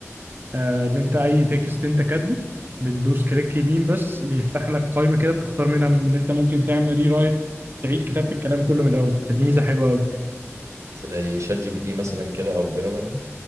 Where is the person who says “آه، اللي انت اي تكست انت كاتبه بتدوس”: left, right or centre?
Right